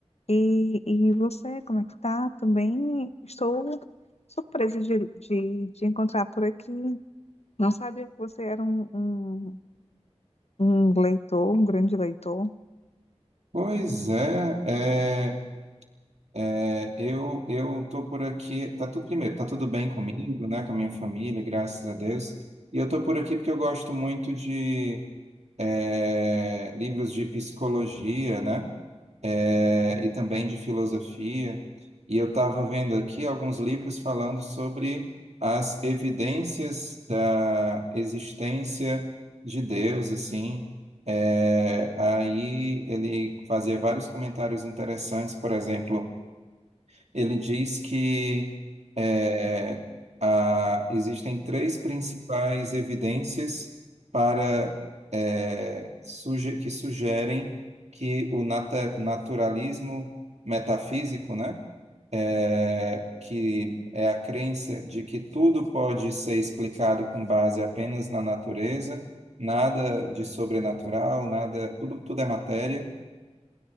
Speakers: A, on the left; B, on the right.
A: E, e você, como é que tá? Também estou surpresa de, de, de encontrar por aqui. Não sabia que você era um, um, um leitor, um grande leitor.
B: Pois é, é, é, eu eu tô por aqui, tá tudo primeiro, tá tudo bem comigo, né, com a minha família, graças a Deus. E eu tô por aqui porque eu gosto muito de é, livros de psicologia, né? é, e também de filosofia. E eu estava vendo aqui alguns livros falando sobre as evidências da existência de Deus, assim. É, aí ele fazia vários comentários interessantes, por exemplo. Ele diz que é, a- existem três principais evidências para é, suge- que sugerem que o nata- naturalismo metafísico, né, é, que é a crença de que tudo pode ser explicado com base apenas na natureza, nada de sobrenatural, nada, tudo, tudo é matéria.